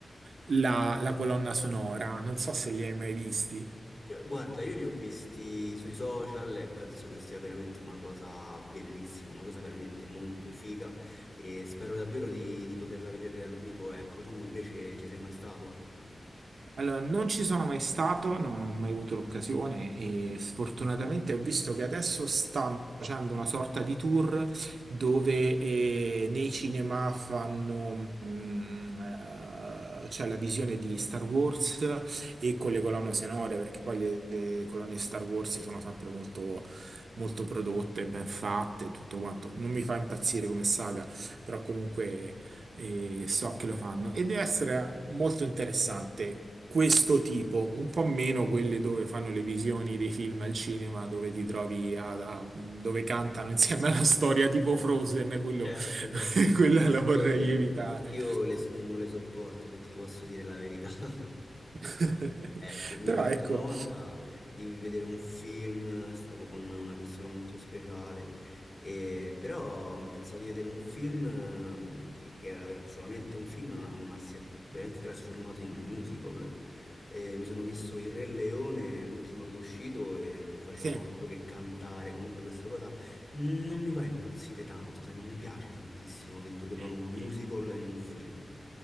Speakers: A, on the right (about 85°); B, on the left (about 40°).
A: la, la colonna sonora. Non so se li hai mai visti.
B: Cioè, guarda, io li ho visti sui social e penso che sia veramente una cosa bellissima, una cosa veramente molto figa e spero davvero di, di poterla vedere dal vivo. Ecco, tu invece ci sei mai stato?
A: Allora, non ci sono mai stato, non ho mai avuto l'occasione e sfortunatamente ho visto che adesso stanno facendo una sorta di tour dove eh, nei cinema fanno mm, eh, c'è la visione di Star Wars e con le colonne sonore, perché poi le, le colonne di Star Wars sono sempre molto, molto prodotte, ben fatte e tutto quanto. Non mi fa impazzire come saga, però comunque e so che lo fanno e deve essere molto interessante questo tipo, un po' meno quelle dove fanno le visioni dei film al cinema, dove ti trovi a, a- dove cantano insieme alla storia tipo Frozen, quello,
B: Certo, certo.
A: <laughs> quella
B: Queste
A: la vorrei
B: cose
A: evitare.
B: io le so- non le sopporto, se ti posso dire la verità. <laughs>
A: <laughs>
B: Ecco, mi
A: Però
B: è capitato
A: ecco,
B: una volta di vedere un film, stavo con una persona molto speciale, e- però pensavo di vedere un film eh, che, che era ver- solamente un film, ma ma si è veramente trasformato in un musical. E mi sono visto Il Re Leone, l'ultimo che è uscito, e non facevano
A: sì,
B: altro che cantare. Comunque questa cosa non mi fa impazzire tanto, sai, non mi piace tantissimo che introducano
A: i-
B: un musical
A: i-
B: in un film.